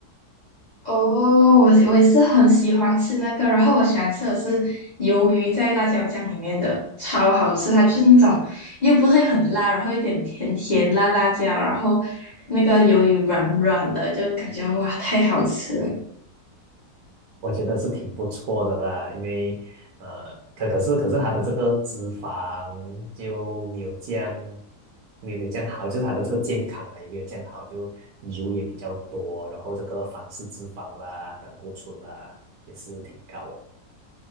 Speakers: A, on the left; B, on the right.
A: 哦，我我也是很喜欢吃那个，然后我喜欢吃的是鱿鱼在辣椒酱里面的，超好吃。它就是那种又不会很辣，然后一点甜甜辣辣酱，然后那个鱿鱼软软的，就感觉哇，太好吃了。
B: <laughs> 我觉得是挺不错的啦。因为呃，可可是可是它的这个脂肪就没有降，没有没有这样好，就是它的这个健康啊也没有降好，就油也比较多，然后这个反式脂肪啦、胆固醇啦也是挺高的。